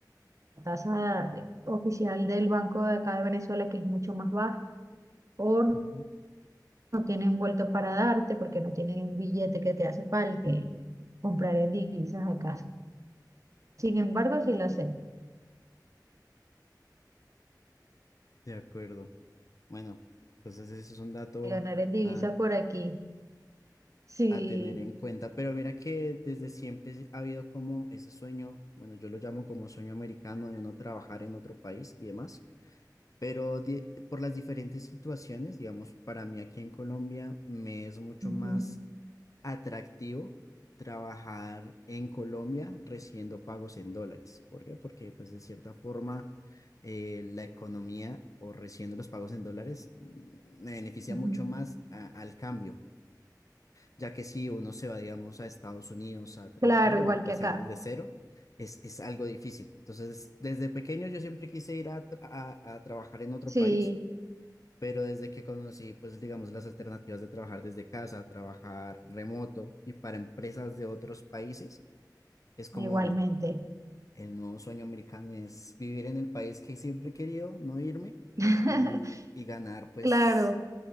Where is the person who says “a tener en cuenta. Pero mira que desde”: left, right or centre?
Left